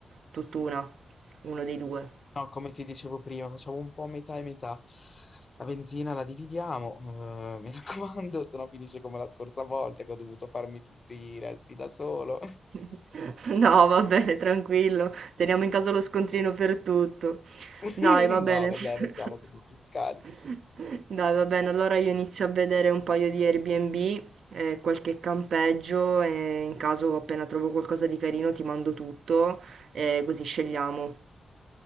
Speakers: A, on the right; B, on the left.
A: tutt'una, uno dei due.
B: No, come ti dicevo prima, facciamo un po' metà e metà. La benzina la dividiamo, eh, mi raccomando, <laughs> se no finisce come la scorsa volta che ho dovuto farmi tutti i resti da solo.
A: <laughs> No, va bene, tranquillo, teniamo in casa lo scontrino per tutto.
B: <laughs>
A: Dai, va bene.
B: No, va bene, siamo così
A: <laughs>
B: fiscali.
A: Dai, va bene. Allora io inizio a vedere un paio di Airbnb e qualche campeggio e in caso appena trovo qualcosa di carino ti mando tutto e così scegliamo.